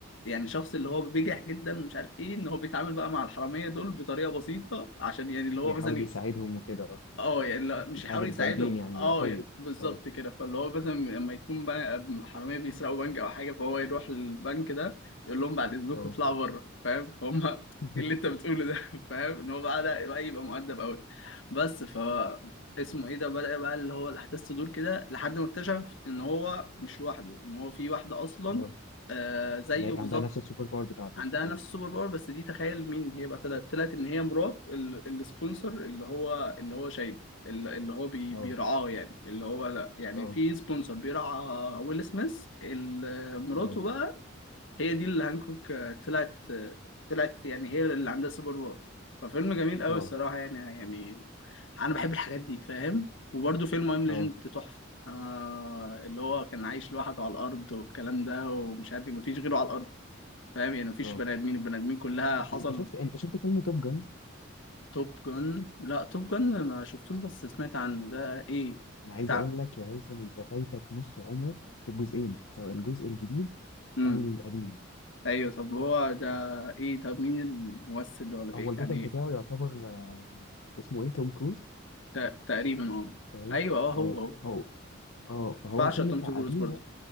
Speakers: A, on the left; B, on the left.
A: يعني شخص اللي هو بيجح جدا ومش عارف ايه ان هو بيتعامل بقى مع الحراميه دول بطريقه بسيطه عشان يعني اللي
B: ويحاول
A: هو مثلا
B: يساعدهم وكده اه
A: اه يعني لا- مش
B: يساعد
A: يحاول
B: الطيبين
A: يساعدهم
B: يعني
A: اه
B: يبقى طيب
A: يعني بالظبط
B: اه
A: كده فاللي هو مثلا لما يكون بقى حراميه بيسرقوا بنك او حاجه فهو يروح للبنك ده يقول لهم بعد اذنكم
B: اه
A: اطلعوا بره فاهم <laughs> فهم ايه
B: <laughs>
A: اللي انت بتقوله ده <laughs> فاهم ان هو بقى ده بقى يبقى مؤدب قوي بس ف اسمه ايه ده بدأ بقى اللي هو الاحداث تدور كده لحد ما اكتشف ان هو مش لوحده ان هو في واحده اصلا
B: اه
A: آه زيه
B: زي
A: بالظبط
B: عندها نفس السوبر باور بتاعته
A: عندها نفس
B: اه
A: السوبر باور بس دي تخيل مين هي بقى طلعت طلعت ان هي مرات ال- السبونسر اللي هو اللي هو شايله ال- اللي هو بي
B: اه
A: بيرعاه يعني اللي هو لا يعني
B: اه
A: في سبونسر بيرعى ويل سميث ال- مراته
B: اه
A: بقى هي دي اللي هانكوك آه، طلعت آه، طلعت يعني هي اللي عندها سوبر باور ففيلم جميل قوي
B: اه
A: الصراحة يعني يعني انا بحب الحاجات دي فاهم وبرده فيلم ام ليجند
B: اه
A: تحفة آه اللي هو كان عايش لوحده على الارض والكلام ده ومش عارف إيه، مفيش غيره على الارض فاهم يعني مفيش
B: اه
A: بني ادمين البني ادمين كلها حصل
B: انت شفت انت شفت فيلم توب جن
A: توب جن لا توب جن ما شفتوش بس سمعت عنه ده ايه
B: انا عايز
A: بتاع
B: اقول لك يا هيثم انت فايتك نص عمرك في الجزئين سواء الجزء الجديد
A: امم
B: او القديم
A: ايوه طب هو ده ايه طب مين الممثل اللي هو اللي بيحكي
B: هو البطل
A: عن ايه
B: بتاعه يعتبر آه، اسمه ايه توم كروز
A: ت- تقريبا اه
B: فاهم
A: ايوه اه هو
B: اه
A: هو
B: هو اه فهو
A: بعشق
B: الفيلم
A: توم
B: بتاع
A: كروز
B: قديم
A: برضه
B: يعني